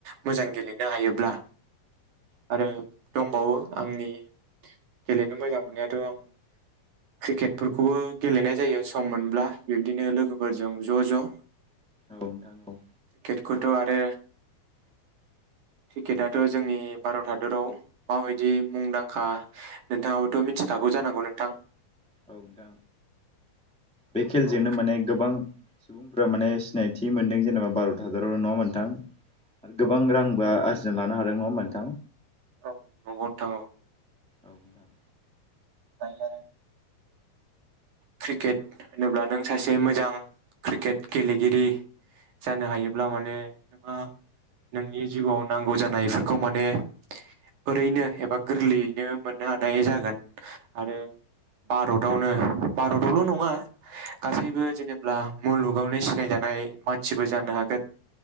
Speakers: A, on the right; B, in the centre.
A: मोजां। गेलेनो हायोब्ला आरो दंबावो आंनि गेलेनो मोजां मोननायाथ' आं क्रिकेटफोरखौबो गेलेनाय जायो सम मोनब्ला। बिब्दिनो लोगोफोरजों ज' ज'।
B: औ नोंथां औ।
A: कखौथ' आरो क्रिकेटथा' जोंनि भारत हादराव माबायदि मुंदांखा नोंथाङाबोथ' मिथिखागौ जानांगौ नोंथां।
B: औ दां बे खेलजोंनो
A: औ
B: माने गोबां सुबुंफोरा माने सिनायथि मोनदों जेनेबा भार'त हाजारावल' नङा होनबा नोंथां? आरो
A: औ
B: गोबां रांबो गोजोन लानो हादों नङा होमबा नोंथां?
A: औ नंगौ नोंथां औ।
B: औ दां
A: जायो आरो क्रिकेट होनोब्ला नों सासे मोजां क्रिकेट गेलेगिरि जानो हायोब्ला माने नोंहा नोंनि जिउआव नांगौ जानायफोरखौ माने ओरैनो एबा गोरलैयैनो मोननो हानाय जागोन। आरो भारतावनो भारतावल' नङा गासैबो जेनेबा मुलुगावनो सिनायजानाय मानसिबो जानो हागोन।